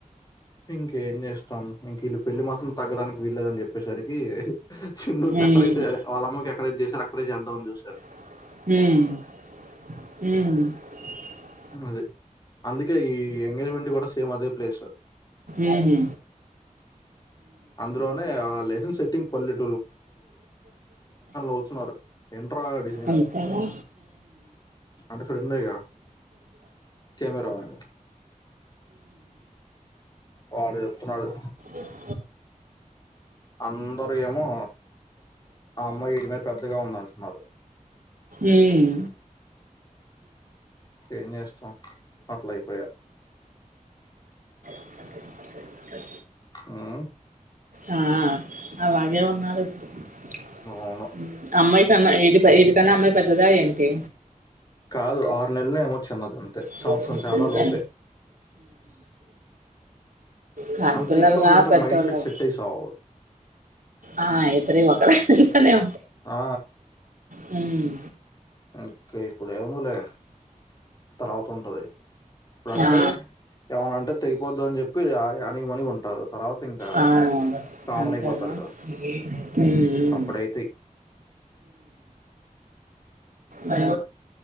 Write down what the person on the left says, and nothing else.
ఇంకేం చేస్తాం ఇంక వీళ్ళ పెళ్లి మాత్రం తగ్గడానికి వీళ్లేదని చెప్పేసరికి చిన్న క్యాకడేతే
వల్ల అమ్మ <inaudible> సార్ అక్కడ చేద్దామని చూసారు.
అది అందుకే ఈ ఎంగేజ్మెంట్ కూడా సేమ్ అదే ప్లేస్
అందులోనే ఆ లెసెన్స్. సిటింగ్ పల్లిట్. అవుతున్నారు ఎంట్రా డిజైన్
అని అంటే ఫ్రెండేగా కెమెరా మ్యాన్ వాడు చెప్తున్నాడు
అందరూ ఏమో ఆ అమ్మాయి వీడి మీద పెద్దగా ఉంది అంటున్నారు
ఏం చేస్తాం అట్లా అయిపోయా
ఆ
అవును
కాదు ఆరు నెల్ ఏమో చిన్నది అంతే
సంవత్సరం తేడా లోపే.
అంత ఈక్వల్‌గా ఉంటే
మైండ్ సెట్ సెట్ అయ్యి సావవు.
ఆ
ఓకే ఇప్పుడే మామూలే తర్వాత ఉంటది ఇప్పుడ అంటే
ఏమనంటే తెగిపోద్దా అని చెప్పి అనిగి మనిగి ఉంటారు తర్వాత ఇంకా
కామన్
అయిపోతారు కద
అప్పుడైత